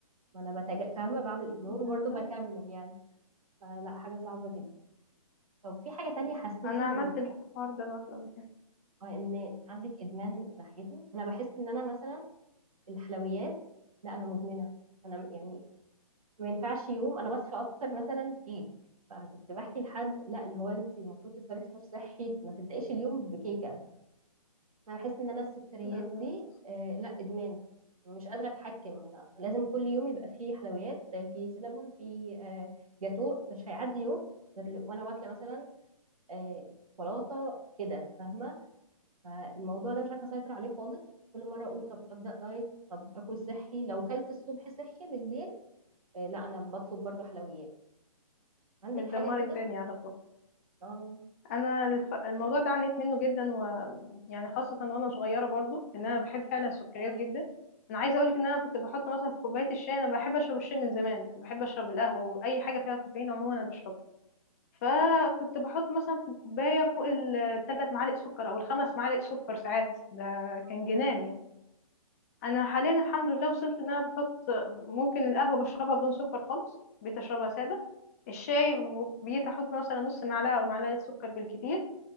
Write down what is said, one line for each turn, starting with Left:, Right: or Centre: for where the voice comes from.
Right: ما انا بتج... فاهمة بعمل اجنور
Left: بالظبط.
Right: وبرضه بكمل يعني فلا حاجة صعبة جدا طب في حاجة تانية حسيتي
Left: انا
Right: ان
Left: عملت الحوار ده برضه قبل كده
Right: آه، ان عندك ادمان ناحيته انا بحس ان انا مثلا الحلويات لا انا مدمنة انا يعني ما ينفعش يوم انا بصحى افطر مثلا كيك فكنت بحكي لحد لا اللي هو انت المفروض تفطري فطار صحي ما تبدايش اليوم بكيكه انا بحس ان انا السكريات
Left: بالظبط.
Right: دي آه لا ادمان مش قادره اتحكم انا لازم كل يوم يبقى فيه حلويات آه، فيه سينابون فيه آه جاتو مش هيعدي يوم غير ل- وانا واكله مثلا آه شوكولاته كده فاهمه فالموضوع ده مش عارفه اسيطر عليه خالص كل مره اقول طب ابدا دايت طب اكل صحي لو كلت الصبح صحي بالليل آه لا انا بطلب برضو حلويات عندك
Left: متدمر
Right: حاجه كده
Left: الدنيا على طول
Right: اه
Left: انا الف... الموضوع ده عانيت منه جدا و يعني خاصه وانا صغيره برضه ان انا بحب فعلا السكريات جدا انا عايزه اقول لك ان انا كنت بحط مثلا في كوبايه الشاي انا بحب اشرب الشاي من زمان وبحب اشرب القهوه واي حاجه فيها كافيين عموما انا بشربها فكنت بحط مثلا في الكوبايه فوق الثلاث معالق سكر او الخمس معالق سكر ساعات ده
Right: اه
Left: كان جنان
Right: كده
Left: يعني انا حاليا الحمد لله وصلت ان انا بحط ممكن القهوه بشربها بدون سكر خالص بقيت اشربها ساده الشاي ب- بقيت احط مثلا نص معلقه او معلقه سكر بالكتير